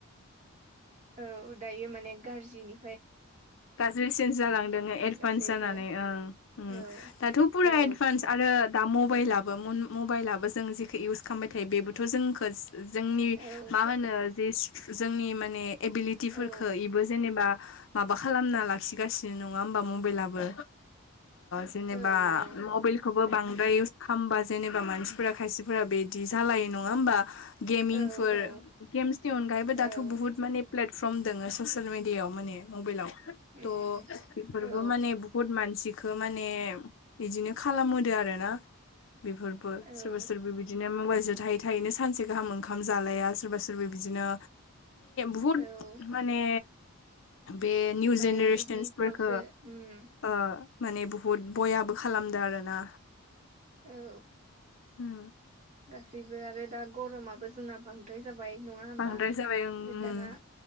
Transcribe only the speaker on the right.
औ दायो माने गाज्रिनि
बिदि
गासैबो
औ
औ
औ
औ
औ औ
गासै
औ औ
औ
उम
औ
औ
औ
माने
इदिफोरावसो उम
औ
गासैबो आरो दा गरमाबो जोंना बांद्राय जाबाय नङा होमबा
दाना